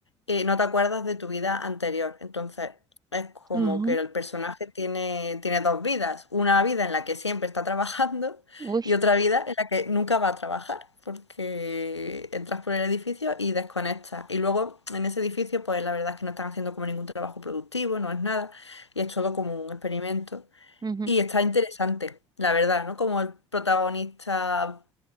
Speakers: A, on the left; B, on the right.
A: eh, no te acuerdas de tu vida anterior. Entonces es como
B: Ajá.
A: que el personaje tiene, tiene dos vidas, una vida en la que siempre está trabajando
B: Uy.
A: y otra vida en la que nunca va a trabajar, porque entras por el edificio y desconectas. Y luego en ese edificio, pues la verdad es que no están haciendo como ningún trabajo productivo, no es nada, y es todo como un experimento.
B: ujú.
A: Y está interesante, la verdad, ¿no? Como el protagonista,